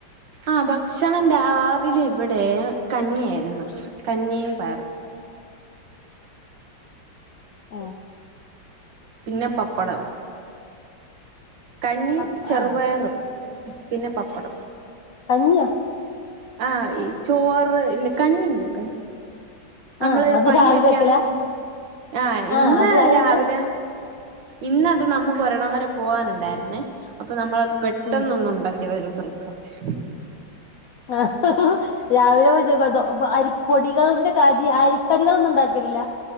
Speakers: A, on the right; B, on the left.
A: ആ ഭക്ഷണം രാവിലെ ഇവിടെ കഞ്ഞിയായിരുന്നു കഞ്ഞിയും പയറും
B: ഏ
A: പിന്നെ പപ്പടം കഞ്ഞീ
B: പപ്പ്
A: ചെറുപയറും
B: ആഹ്
A: പിന്നെ പപ്പടം
B: അന്യ
A: ആ ഈ ചോറ് ഇല്ലേ കഞ്ഞി ഇല്ലേ കഞ്ഞി നമ്മള്
B: ആഹ് അത്
A: പനിയൊക്കെ
B: രാവിലെ വെക്കലാ
A: ആകുമ്പോ ആ ഇന്ന്
B: ആഹ് അത് അതന്നെ
A: രാവിലെ ഇന്ന് അത് നമുക്ക് ഒരിടം വരെ പോകാനുണ്ടായിരുന്നേ അപ്പൊ നമ്മളത് പെട്ടെന്നൊന്നുണ്ടാക്കി
B: ഉം
A: ബ്രേക്ഫാസ്റ്റ്
B: ആഹ രാവിലെ <unintelligible> പൊടികളിന്റെ കാരി അരിക്കടികളൊന്നും ഉണ്ടാക്കലില്ല